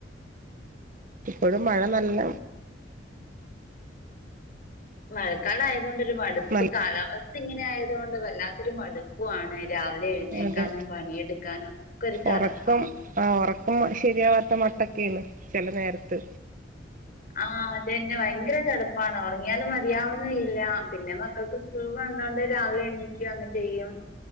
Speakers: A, on the right; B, on the left.
A: പ്പോഴും മഴ നല്ല
B: മഴക്കാലായതുകൊണ്ട് ഒരു മടുപ്പ്
A: നല്ല
B: കാലാവസ്ഥ ഇങ്ങനെ ആയതുകൊണ്ട് വല്ലാത്തൊരു മടുപ്പു ആണ് രാവിലെ എഴുന്നേൽക്കാനും
A: അതെ
B: പണിയെടുക്കാനും ഒക്കെ ഒരു തണപ്പാണ്
A: ഉറക്കം ആ ഒറക്കം ശരിയാവാത്ത മട്ടൊക്കെണ് ചെല നേരത്ത്
B: ആഹ് അതന്നെ ഭയങ്കര ചടപ്പാണ് ഉറങ്ങിയാലും മതിയാവുന്നുല്ല പിന്നെ മക്കൾക്ക് വന്നോണ്ട് രാവിലെ എണീക്കുഅങ്ങ് ചെയ്യും